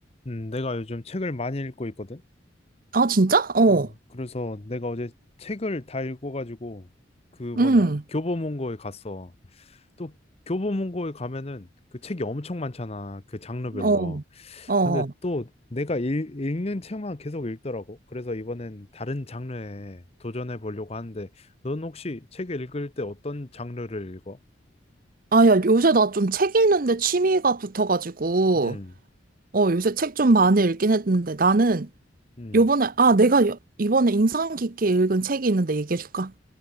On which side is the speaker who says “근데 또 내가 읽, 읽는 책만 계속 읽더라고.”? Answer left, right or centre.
Left